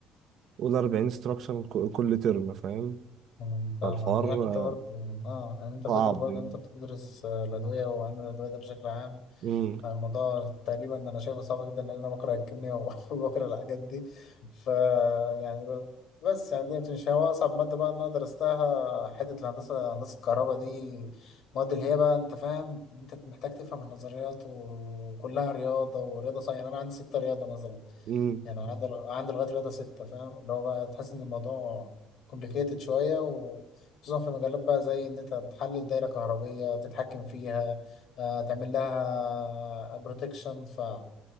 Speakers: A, on the right; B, on the left.
A: قول 40 استراكشر كل ترم فاهم
B: أمم، فاهمك
A: فالحوار
B: هي حتة برضه اه يعني انت
A: صعب
B: فاكر برضه
A: يعني
B: ان انت بتدرس آه، الادوية وعلم الادوية ده بشكل عام
A: امم
B: آه، الموضوع تقريبا انا شايفه صعب جدا لان انا بكره الكيمياء و- <laughs> وبكره الحاجات دي ف يعني ب- بس يعني دي مش هو اصعب مادة بقى ان انا درستها حتة الهندسة هندسة الكهرباء دي المواد اللي هي بقى انت فاهم انت محتاج تفهم النظريات وكلها رياضة ورياضة صحيحة يعني انا عندي ستة رياضة مثلا
A: إمم.
B: يعني أنا عندي عندي لغاية رياضة ستة فاهم اللي هو بقى تحس إن الموضوع كومبليكيتد شوية وخصوصا في مجالات بقى زي إن أنت تحلل دايرة كهربية تتحكم فيها آه، تعمل لها بروتكشن فاللي